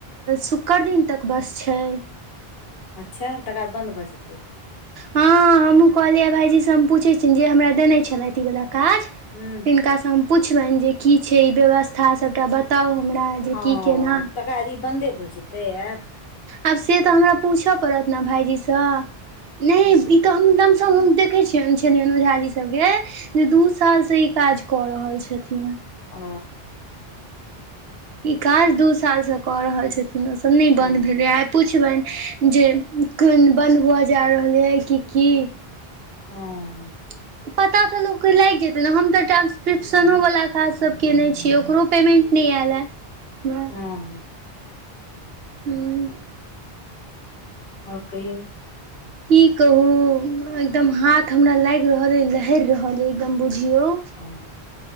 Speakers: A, on the right; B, on the left.
A: शुक्र दिन तक बस छै
B: अच्छा तकर बाद बन्द भऽ जेतै
A: हँ हमहूँ कहलियै भाइजी सँ हम पूछैत छियनि जे हमरा देने छलै इ वला काज
B: हूं
A: तिनका से हम पुछबनि जे की छै ई व्यवस्था सबटा बताउ हमरा जे
B: ह तकर
A: की केना
B: बाद ई बन्दे भऽ जेतै ऐप
A: आब से तऽ हमरा पूछऽ पड़त ने भाईजी सँ नहि
B: हूँ
A: ई तऽ हम तब हम देखय छियै ओझा जी के इ सभ के दू साल से इ काज कऽ रहल छथिन
B: ओ
A: ई काज दू साल से कऽ रहल छथिन ओसभ नहि
B: हूँ
A: बंन्द भेलै आब पुछबनि जे कोन बन्द हुआ जा रहलै है कि की
B: हां
A: <inaudible> पता तऽ लोक के लागि जेतै ने हम तऽ ट्रान्स्क्रिप्शनो वला काज सब कने छियै ओकरो पेमेन्ट नहि ऐल ये <inaudible>
B: हूँ
A: हूँ
B: आओर कहियौ
A: की कहु एकदम हाथ हमरा लागि रहल ए लहर रहल ए एकदम बुझियो
B: हँ